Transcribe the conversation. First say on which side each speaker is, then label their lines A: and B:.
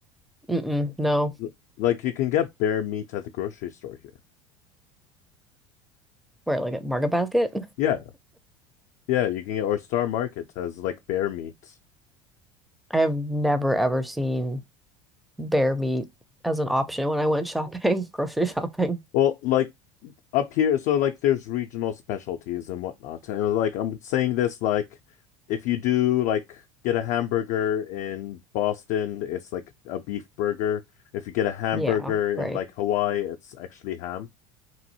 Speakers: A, in the centre; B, on the left (about 55°).
A: Mm-mm, no.
B: L- Like, you can get bear meat at the grocery store here.
A: Where, like at Market Basket?
B: Yeah, yeah, you can get or Star Market has like bear meat.
A: I have never ever seen bear meat as an option when I went shopping, <laughs> grocery shopping.
B: Well, like up here so like there's regional specialties and whatnot and like i'm saying this like if you do like get a hamburger in boston it's like a beef burger if you get a hamburger
A: Yeah, right.
B: in like hawaii it's actually ham